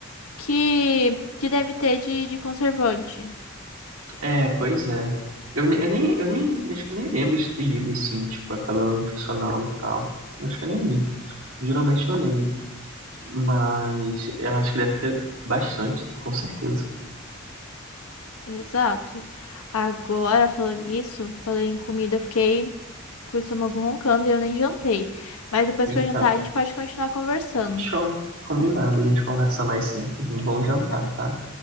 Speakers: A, on the left; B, on the right.
A: que, que deve ter de, de conservante?
B: É, pois é. Eu, ne- eu nem, eu nem, acho que eu nem lembro de ter lido, assim, tipo, a tabela nutricional e tal. Eu acho que eu nem li. Geralmente eu leio, mas eu acho que deve ter bastante, com certeza.
A: Exato. Agora, falando nisso, falei em comida, eu fiquei com o estômago roncando e eu nem jantei. Mas depois
B: Eita,
A: que eu jantar, a gente pode continuar conversando.
B: show. Combinado, a gente conversa mais sim. Um bom jantar,
A: tá?
B: tá?